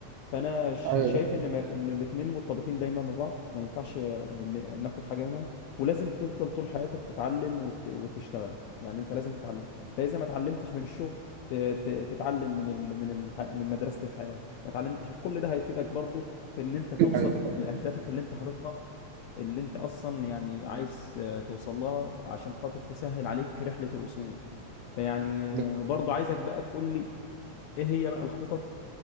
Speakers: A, on the left (about 80°); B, on the right (about 75°).
A: فانا ش-
B: ايوه
A: شايف
B: ده
A: ان ما ان الاثنين مرتبطين دايما ببعض ما ينفعش ن- ناخد حاجه منهم ولازم تفضل طول حياتك تتعلم وت- وتشتغل يعني انت لازم تتعلم فاذا ما اتعلمتش من الشغل ت- ت- تتعلم من ال... من الح... من مدرسه الحياه ما اتعلمتش كل ده هيفيدك برضو في ان انت توصل
B: أيوة.
A: لاهدافك اللي انت حاططها اللي انت اصلا يعني عايز آه، توصل لها عشان خاطر تسهل عليك رحله الوصول فيعني
B: ده.
A: آه، برضو عايزك بقى تقول لي ايه هي بقى الخطط